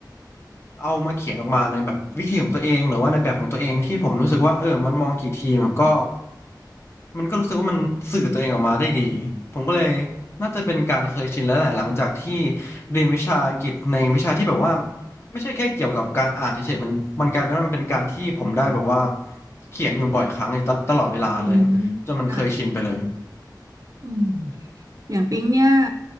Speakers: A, on the left (about 35°); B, on the right (about 50°).
A: เอามาเขียนออกมาในแบบวิธีของตัวเองหรือว่าในแบบของตัวเองที่ผมรู้สึกว่าเออมันมองกี่ทีมันก็มันก็รู้สึกว่ามันสื่อตัวเองออกมาได้ดีผมก็เลยน่าจะเป็นการเคยชินแล้วแหละหลังจากที่เรียนวิชาอังกฤษในวิชาที่แบบว่า ไม่ใช่แค่เกี่ยวกับการอ่านเฉยๆมันมันกลายเป็นว่ามันเป็นการที่ผมได้แบบว่าเขียนอยู่บ่อยครั้งเลยตตลอดเวลาเลยจนมันเคยชินไปเลย
B: อืมค่ะอืม อย่างปิ๊งเนี่ย